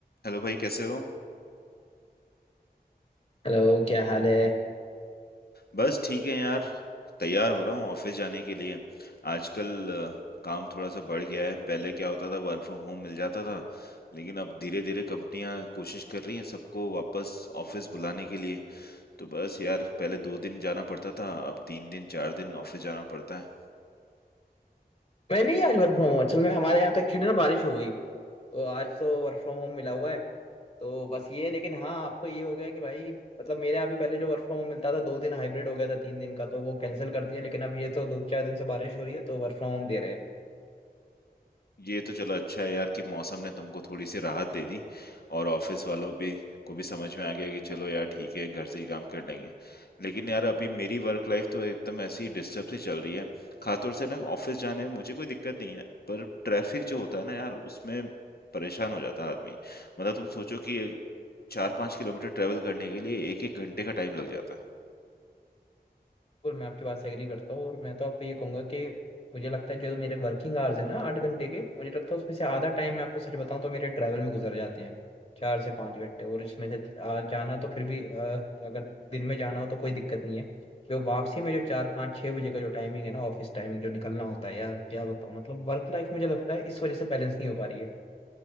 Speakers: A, on the left; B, on the left.
A: Hello भाई कैसे हो
B: Hello क्या हाल है
A: बस ठीक है यार तैयार हो रहा हूँ ऑफिस जाने के लिए आजकल अ, काम थोड़ा सा बढ़ गया है पहले क्या होता था वर्क फ्रॉम होम मिल जाता था लेकिन अब धीरे धीरे कंपनियां कोशिश कर रही हैं सबको वापस ऑफिस बुलाने के लिए तो बस यार पहले दो दिन जाना पड़ता था अब तीन दिन चार दिन ऑफिस जाना पड़ता है
B: मैं नहीं आज वर्क फ्रॉम होम असल में हमारे यहाँ तो एक्चुअली ना बारिश हो गई तो आज तो वर्क फ्रॉम होम मिला हुआ है तो बस ये है लेकिन हाँ अब तो ये हो गया कि भाई मतलब मेरे यहाँ भी पहले जो वर्क फ्रॉम होम मिलता था दो दिन हाइब्रिड हो गया था तीन दिन का तो वो कैंसिल कर दिया लेकिन अब ये तो दो चार दिन से बारिश हो रही है तो वर्क फ्रॉम होम दे रहे हैं
A: ये तो चलो अच्छा है यार कि मौसम ने तुमको थोड़ी सी राहत दे दी और ऑफिस वालों भी को भी समझ में आ गया कि चलो यार ठीक है घर से ही काम कर लेंगे लेकिन यार अभी मेरी वर्क लाइफ तो एकदम ऐसी डिस्टर्ब सी चल रही है खासतौर से ना ऑफिस जाने में मुझे कोई दिक्कत नहीं है पर ट्रैफिक जो होता है ना यार उसमें परेशान हो जाता है आदमी मतलब तुम सोचो कि चार पाँच किलोमीटर ट्रेवल करने के लिए एक एक घंटे का टाइम लग जाता है
B: बिल्कुल मैं आपके बात से एग्री करता हूँ और मैं तो आपको ये कहूंगा कि मुझे लगता है जो मेरे वर्किंग आवर्स है ना आठ घंटे के मुझे लगता है उसमें से आधा टाइम मैं आपको सच बताऊं तो मेरे ट्रैवल में गुजर जाते हैं चार से पाँच घंटे और इसमें से आ, जाना तो फिर भी आ, अगर दिन में जाना हो तो कोई दिक्कत नहीं है जो वापसी में जो चार पाँच छः बजे का जो टाइमिंग है ना ऑफिस टाइमिंग जो निकलना होता है यार क्या बताऊँ मतलब वर्क लाइफ मुझे लगता है इस वजह से बैलेंस नहीं हो पा रही